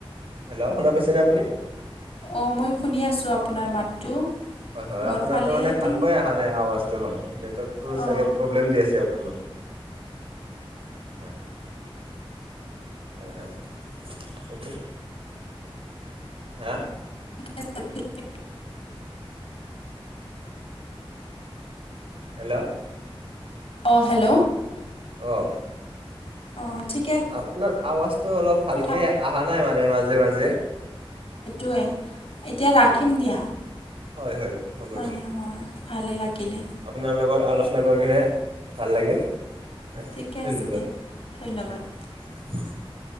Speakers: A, on the right (about 70°); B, on the left (about 75°).
A: হেল্ল' শুনা পাইছেনে আপুনি?
B: অঁ মই শুনিয়ে আছোঁ আপোনাৰ মাতটো।
A: হয় হয়
B: মোৰ
A: আপোনাৰটো
B: ফালেহেদি
A: মানে ভালকৈ অহা নাই আৱাজটো হয়। নেটৱৰ্কটো
B: অ',
A: চাগে প্ৰব্লেম দি আছে অকণমান। হয়। হয় হয় এইটো হা
B: <unintelligible>
A: হেল্ল'।
B: অঁ হেল্ল'।
A: কৱক
B: অঁ ঠিকে
A: আপোনাৰ আৱাজটো অলপ ভালকে
B: কথা
A: আহা নাই মানে মাজে মাজে।
B: টোৱে
A: হয়
B: এতিয়া
A: হয়
B: ৰাখিম দিয়া।
A: হয় হয় হ'ব।
B: মানে
A: দিয়ক
B: হয় ভালেই লাগিলে
A: আপোনাৰ লগত আলোচনা কৰি কিনে ভাল লাগিল হয়
B: ঠিকে
A: ধন্যবাদ।
B: আছে দিয়া ধন্যবাদ।
A: <unintelligible>